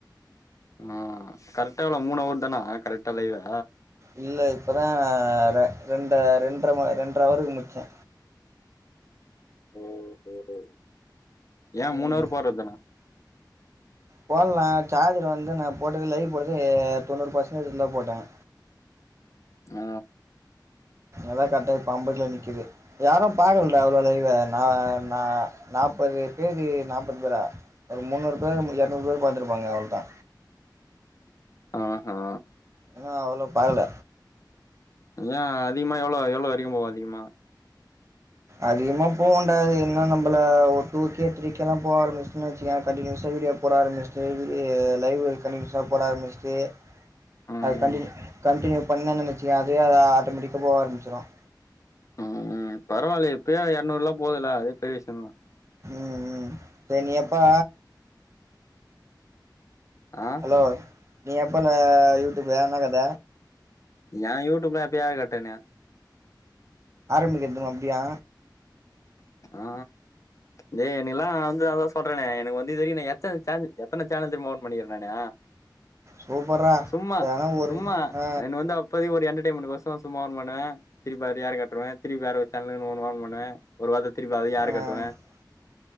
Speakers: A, on the left; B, on the right.
A: ஆ கரெக்டா எவ்ளோ மூனவர்தானா கரெக்டா லைவ்வ
B: இல்ல இப்பதா ரெ ரெண்ட ரெண்ர ரெண்ற அவருக்கு முட்ச்சோ
A: ஓ ஹோ ஹோ ஏ
B: ம்
A: மூணாறு போறதுதானே
B: போல்ன ஜார்ஜர் வந்து நா போட்டது லைவ் போடுது தொண்ணூறு பர்சன்டேஜ் தான் போட்டேன்
A: ஆ
B: எல்லா கரெக்ட்டா இப்ப அம்பதுல நிக்குது யாரும் பாக்கலடா அவ்ளவு இவ நா நா நாப்பது பேரு நாப்பது பேரா ஒரு முன்னூறு பேரு இறநூறு பேரு பாத்துருப்பாங்க அவ்ளோதா
A: ஆஹா
B: ஏன்னா அவ்வளோ பாக்கல
A: இல்ல அதிகமா எவ்வளோ எவ்வளோ வரைக்கும் போவு அதிகமா
B: அதிகமா போகுண்டா அது என்ன நம்மள ஒரு டூ கே த்ரி கேலா போக ஆரம்பிச்சுன்னு வச்சுக்கோய கண்டினியூஸா வீடியோ போட ஆரம்பிச்சுட்டு இது லைவு கன்டினியூஷா போட ஆரம்மிச்சுட்டு
A: ம்
B: அது கண்டினியூ கண்டினியூ பண்ணன் வச்சிக்கோயன் அதுவே அது ஆட்டோமெட்டிக்காக போக ஆரம்மிச்சிரும்
A: ம் பரவாயில்ல இப்பயே இறநூறுலாம் போதுல அதே பெரிய விஷயம்தான்
B: ம் ம் பெனியப்பா
A: அ
B: ஹலோ நீ எப்போல யூடியூப்பு என்ன கத
A: ஏ யூடிப்லா எப்பயோ ஏரக்கட்டேன
B: ஆரம்பிக்கிறதும் அப்டியா
A: ஆ டேய் எனக்குல்லாம் நா வந்து அதான் சொல்றனே எனக்கு வந்து இது வரைக்கும் நா எத்தன சே எத்தன சேனல் தெரியுமா ஓபன் பண்ணிருக்க நானு
B: சூப்பர்ரா
A: சும்மா
B: எதனா ஒரு
A: சும்மா
B: ஆ
A: எனக்கு வந்து அப் ப்போதைக்கு ஒரு என்டர்டெயன்மெண்ட்க்கு வருஷம் வருஷம் சும்மா ஓபன் பண்ண திருப்பி அதய ஏரகட்டுருவேன் திருப்பி வேற சேனல் ஒன்னு ஓபன் பண்ணுவேன் ஒரு வாரத்துல திருப்பி அதையு ஏரகட்டுவேன்
B: ஆ